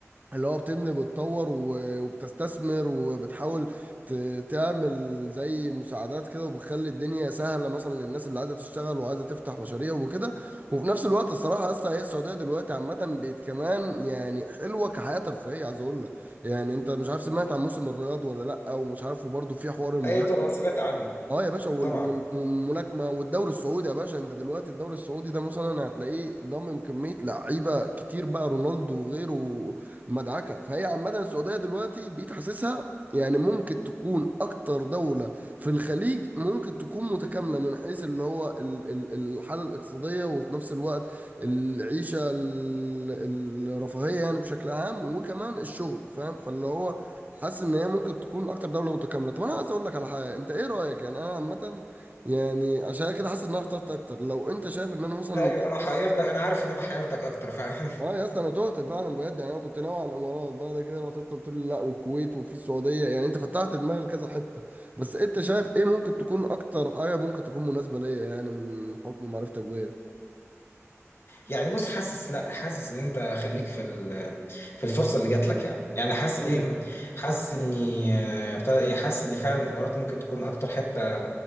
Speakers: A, on the right (about 35°); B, on the left (about 55°).
A: اللي هو بتبني بتطور و- وبتستثمر وبتحاول ت- تعمل زي مساعدات كده وبتخلي الدنيا سهلة مثلا للناس اللي عايزة تشتغل وعايزة تفتح مشاريع وكده وفي نفس الوقت الصراحة أصلا هي السعودية دلوقتي عامة بقت كمان يعني حلوة كحياة ترفيهية عايز أقول لك يعني أنت مش عارف سمعت عن موسم الرياض ولا لأ ومش عارف وبرضه في حوار الملاكمة
B: ايوه طبعا سمعت عنه
A: اه يا باشا وال-
B: طبعا
A: وال- والملاكمه والدوري السعودي يا باشا انت دلوقتي الدوري السعودي ده مثلا هتلاقيه ضامم كميه لعيبه كتير بقى رونالدو وغيره مدعكه فهي عامه السعوديه دلوقتي بقيت حاسسها يعني ممكن تكون اكتر دوله في الخليج ممكن تكون متكامله من حيث اللي هو ال- ال- الحاله الاقتصاديه وفي نفس الوقت العيشه ال- الرفاهيه يعني بشكل عام وكمان الشغل فاهم فاللي هو حاسس ان هي ممكن تكون اكتر دوله متكامله طب انا عايز اقول لك على حاجه انت ايه رايك يعني انا عامه يعني عشان كده حاسس ان انا اخترت اكتر لو انت شايف ان انا مثلا
B: ايوه انا حيرتك انا عارف ان انا حيرتك اكتر فعلا
A: اه يا اسطى انا تهت فعلا بجد يعني انا كنت ناوي على الامارات بعد كده لو انت قلت لي لا والكويت وفي السعوديه يعني انت فتحت دماغي لكذا حته بس انت شايف ايه ممكن تكون اكتر حاجه ممكن تكون مناسبه ليا يعني من حكم معرفتك بيا
B: يعني بص حاسس لا حاسس ان انت خليك في ال- في الفرصه اللي جات لك يعني يعني حاسس
A: مم.
B: ايه حاسس اني آه، بتاع ايه حاسس ان فعلا الامارات ممكن تكون اكتر حته